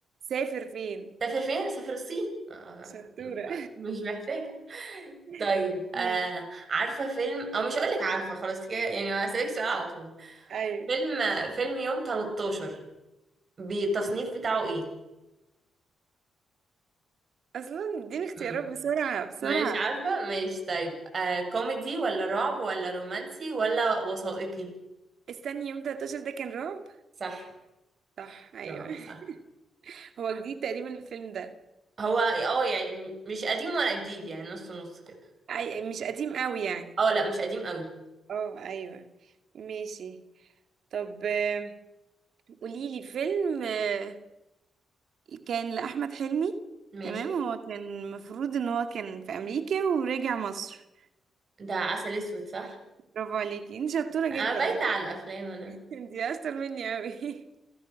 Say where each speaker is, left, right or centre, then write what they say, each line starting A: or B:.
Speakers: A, on the right (about 65°); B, on the right (about 45°).
A: سافر فين
B: سافر فين؟ سافر الصين آه.
A: شطورة
B: آه، مش محتاجة
A: <laughs>
B: طيب آه
A: ماشي
B: عارفة فيلم أو مش هقولك عارفة خلاص كده يعني هسألك سؤال على طول
A: ايوه
B: فيلم فيلم يوم 13 بالتصنيف بتاعه ايه؟
A: اصلا اديني اختيارات
B: مم.
A: بسرعة بسرعة
B: مش عارفة مش طيب آه كوميدي ولا رعب ولا رومانسي ولا وثائقي؟
A: استني يوم 13 ده كان رعب
B: صح
A: صح ايوه
B: رعب صح
A: <laughs> هو جديد تقريبا الفيلم ده
B: هو اه يعني م- مش قديم ولا جديد يعني نص نص كده
A: أي... مش قديم قوي يعني
B: اه لا مش قديم قوي
A: اه ايوه ماشي طب آه، قوليلي فيلم آه، كان لأحمد حلمي
B: ماشي
A: تمام هو كان المفروض ان هو كان في امريكا ورجع مصر
B: ده عسل اسود صح؟
A: برافو عليكي انت شطورة
B: انا
A: جدا
B: بايتة
A: على
B: على الافلام انا
A: فكرة <laughs> انت اشطر مني قوي <laughs>